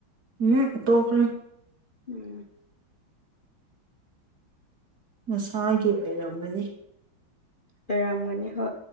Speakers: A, on the right; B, on the left.
A: ꯍꯡ ꯇꯣꯈꯔꯤ
B: ꯎꯝ
A: ꯉꯁꯥꯒꯤ ꯑꯣꯏꯔꯝꯒꯅꯤ
B: ꯑꯣꯏꯔꯝꯒꯅꯤ ꯍꯣꯏ